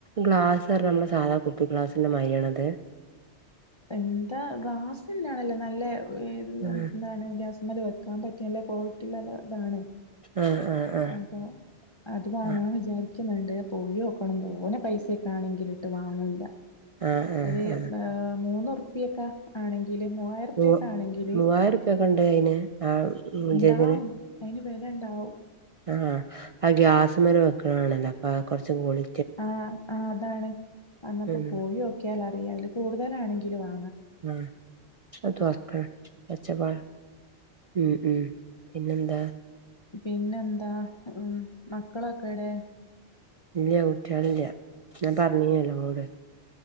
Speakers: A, on the right; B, on the left.
A: ഗ്ലാസ് നമ്മളെ സാധാ കുപ്പി ഗ്ലാസ് ന്ന മയിരിയാണോ അത്
B: എന്താ ഗ്ലാസ് തന്നെയാണല്ലേ നല്ല ഏത്
A: ആഹ്
B: എന്താണ് ഗ്യാസ് മേൽ വെക്കാൻ പറ്റിയ നല്ല ക്വാളറ്റിള്ളത് ഇതാണ്.
A: ആഹ് ആഹ് ആഹ്
B: അപ്പൊ അത് വാങ്ങാൻ
A: ആഹ്
B: വിചാരി ക്ക്ന്ന്ണ്ട് പോയിയോക്കണം തോനെ പൈസൊക്കെ ആണെങ്കിലിട്ട് വാങ്ങൂല്ല.
A: ആഹ് ആഹ്
B: ഒരു
A: ആഹ്
B: ഏ മൂന്നുറുപ്പിയൊക്കെ ആണെങ്ക് ങ്കില്. മുവായിരൂർപ്യൊക്കെ
A: മൂ
B: ആണെങ്കിൽ
A: മൂവായിരറുപ്യൊക്കെ ഉണ്ട് അയിന് ആ
B: ഉണ്ടാവും
A: ജഗിന്
B: അയിന് വില ണ്ടാവും
A: ആ ആത് ഗ്യാസ്സുമ്മല് വെക്കുണാണല്ലോ അപ്പ കുറച്ച് ഗോളി
B: ആഹ് ആ അതാണ് അന്നപ്പോ
A: ഉം
B: പോയോക്കിയാൽ അറിയാ അതില് കൂടുതലാണെങ്കില് വാ
A: മ് അത് തൊർക്ക് ക് ഒച്ചപ്പാ ഉം ഉം പിന്നെന്താ
B: പിന്നെന്താ മ് മക്കളൊക്കെ ഇടെ?
A: ഇല്ല കുട്ടിയാളില്യ ഞാൻ പറഞ്ഞീനല്ലോ ഇങ്ങളോട്